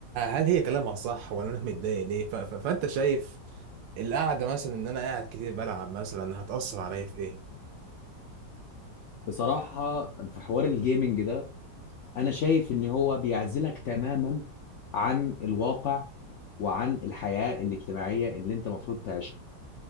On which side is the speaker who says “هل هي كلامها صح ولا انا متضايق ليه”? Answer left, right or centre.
Right